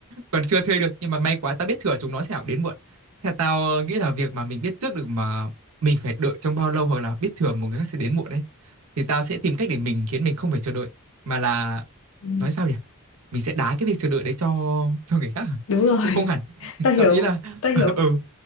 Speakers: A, on the right; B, on the left.
A: còn chưa thuê được nhưng mà may quá tao biết thừa chúng nó sẽ nào đến muộn theo tao ờ, nghĩ là việc mà mình biết trước được mà mình phải đợi trong bao lâu hoặc là biết thừa một người khác sẽ đến muộn đấy thì tao sẽ tìm cách để mình khiến mình không phải chờ đợi mà là
B: ừ,
A: nói sao nhỉ mình sẽ đá cái việc chờ đợi đấy cho cho người khác à?
B: đúng rồi
A: cũng không hẳn
B: <laughs>
A: <laughs>
B: tao hiểu
A: tao ý là
B: tao
A: <laughs>
B: hiểu
A: ừ